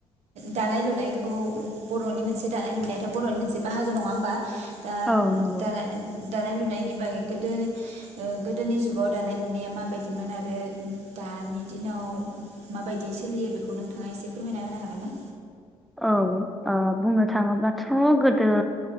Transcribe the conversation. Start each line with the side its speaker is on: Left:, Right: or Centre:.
Right: दानाय लुनायखौ बर'नि मोनसे दानाय लुनायाथ' बर'नि मोनसे बाहागो नङा होमबा दा
Centre: औ नंगौ
Right: दाना दानाय लुनायनि बागै गोदोनो ओ गोदोनि जुगाव दानाय लुनाया माबायदिमोन आरो दानि दिनाव माबायदि सोलियो बेखौ नोंथांङा एसे फोरमायना होनो हागोन ना?
Centre: औ ओ बुंनो थाङोब्लाथ' गोदो